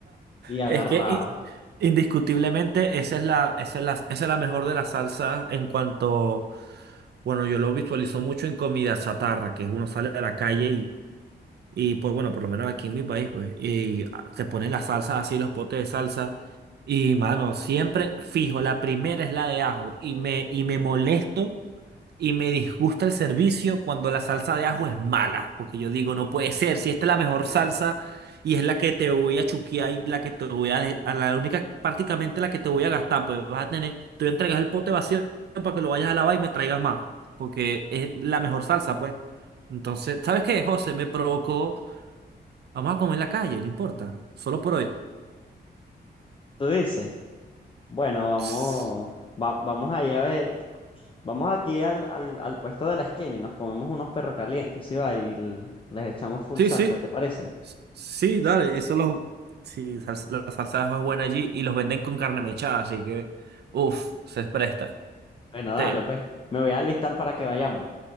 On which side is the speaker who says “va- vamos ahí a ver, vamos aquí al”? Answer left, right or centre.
Left